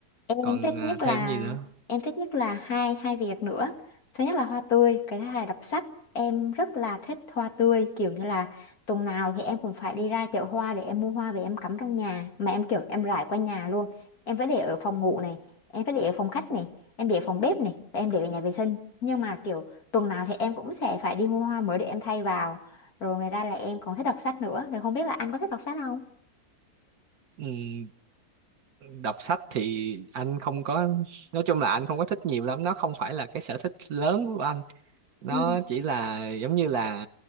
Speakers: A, on the left; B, on the right.
A: Em
B: còn
A: thích
B: ờ,
A: nhất
B: thêm
A: là
B: gì nữa
A: em thích nhất là hai hai việc nữa. Thứ nhất là hoa tươi, cái thứ hai là đọc sách. Em rất là thích hoa tươi, kiểu như là tuần nào thì em cũng phải đi ra chợ hoa để em mua hoa về em cắm trong nhà, mà em kiểu em rải qua nhà luôn. Em phải để ở phòng ngủ này, em phải để ở phòng khách này, em để ở phòng bếp này, và em để ở nhà vệ sinh. Nhưng mà kiểu tuần nào thì em cũng sẽ phải đi mua hoa mới để em thay vào. Rồi ngoài ra là em còn thích đọc sách nữa, thì không biết là anh có thích đọc sách không?
B: Ừm, đọc sách thì anh không có nói chung là anh không có thích nhiều lắm nó không phải là cái sở thích lớn của anh nó
A: Ừ.
B: chỉ là giống như là